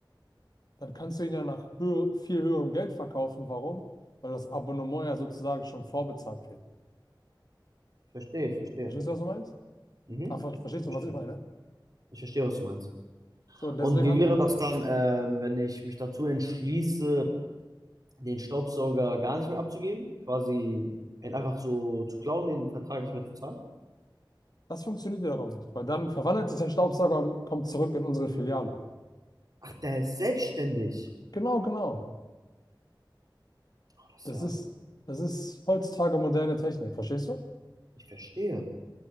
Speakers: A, on the left; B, on the right.
A: dann kannst du ihn ja nach höher, viel höherem Geld verkaufen. Warum? Weil das Abonnement ja sozusagen schon vorbezahlt wird.
B: Ich verstehe, ich verstehe.
A: Verstehst du, was du meinst?
B: Mhm.
A: Ah, ver verstehst
B: Ich verstehe.
A: du, was ich meine?
B: Ich verstehe, was du meinst.
A: So, und deswegen
B: Und wie
A: haben
B: wäre
A: wir,
B: das dann, ähm, wenn ich mich dazu entschließe, den Staubsauger gar nicht mehr abzugeben? Quasi ihn einfach so zu klauen, den Vertrag nicht mehr zu zahlen?
A: das funktioniert wiederum nicht, weil dann verwandelt sich dein Staubsauger und kommt zurück in unsere Filiale.
B: Ach, der ist selbstständig.
A: Genau, genau.
B: Boah, das
A: Das
B: ist ja,
A: ist, das ist heutzutage moderne Technik, verstehst du?
B: ich verstehe.